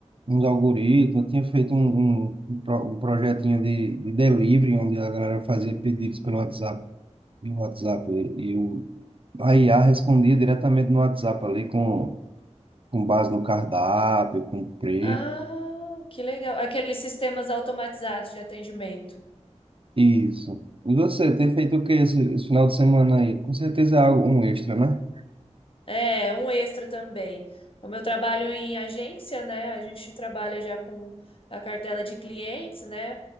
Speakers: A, on the right; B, on the left.
A: uns algoritmos, eu tinha feito um, um, um pro- um projetinho de, de delivery, onde a galera fazia pedidos pelo WhatsApp, via WhatsApp, e, e o, a IA respondia diretamente no WhatsApp ali, com, com base no cardápio, com preço,
B: Ah, que legal. Aqueles sistemas automatizados de atendimento.
A: isso. E você, tem feito o que esse, esse final de semana aí? Com certeza é algo, um extra, né?
B: É, um extra também. Como eu trabalho em agência, né? A gente trabalha já com a cartela de clientes, né?